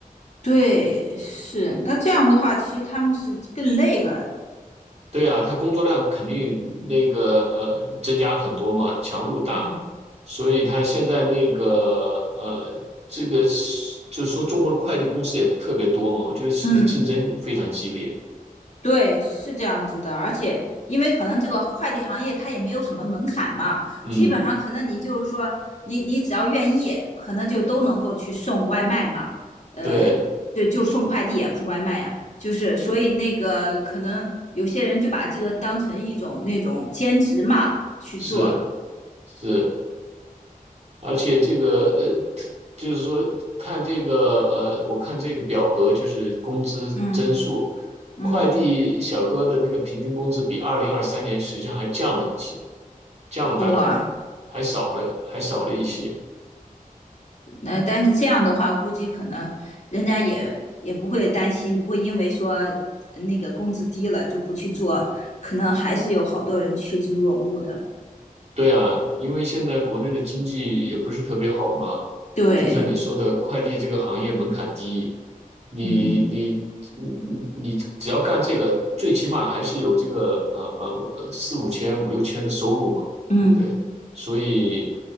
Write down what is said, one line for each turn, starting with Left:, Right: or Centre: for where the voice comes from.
Left: 对，是。那这样的话，其实他们是更累了。
Right: 对啊，他工作量肯定那个呃增加很多嘛，强度大，
Left: 嗯
Right: 所以他现在那个呃这个是就是说中国的快递公司也特别多嘛，我觉得是不是竞争非常激烈？
Left: 嗯，对，是这样子的。而且，因为可能这个快递行业它也没有什么门槛嘛，
Right: 嗯，
Left: 基本上可能你就是说，你你只要愿意，可能就都能够去送外卖嘛。呃，
Right: 对，
Left: 就就送快递也不是外卖呀、就是所以那个可能有些人就把这个当成一种那种兼职嘛去做。
Right: 是。是，而且这个呃，就是说看这个呃，我看这个表格就是工资增速，
Left: 嗯嗯，
Right: 快递小哥的那个平均工资比二零二三年实际上还降了一些，降了大概
Left: 我
Right: 还少了还少了一些。
Left: 那但是这样的话，估计可能人家也也不会担心，不会因为说那个工资低了就不去做，可能还是有好多人趋之若鹜的。
Right: 对啊，因为现在国内的经济也不是特别好嘛，
Left: 对，
Right: 就像你说的，快递这个行业门槛低，你你你你只要干这个，
Left: 嗯
Right: 最起码还是有这个呃呃呃四五千五六千的收入嘛，
Left: 嗯。
Right: 对不对？所以